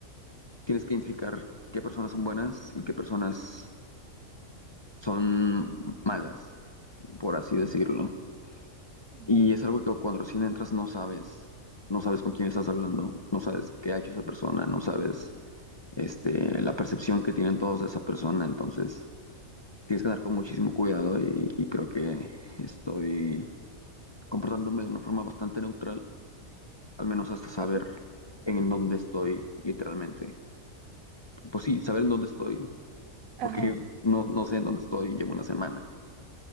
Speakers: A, on the left; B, on the right.
A: tienes que identificar qué personas son buenas y qué personas son malas, por así decirlo.
B: ujú,
A: Y es algo que cuando recién entras no sabes, no sabes con quién estás hablando, no sabes qué ha hecho esa persona, no sabes este, la percepción que tienen todos de esa persona, entonces tienes que andar con muchísimo cuidado y, y creo que estoy comportándome de una forma bastante neutral, al menos hasta saber
B: ok.
A: en dónde estoy literalmente. Pues sí, saber en dónde estoy,
B: Ajá,
A: porque no, no sé en dónde estoy, llevo una semana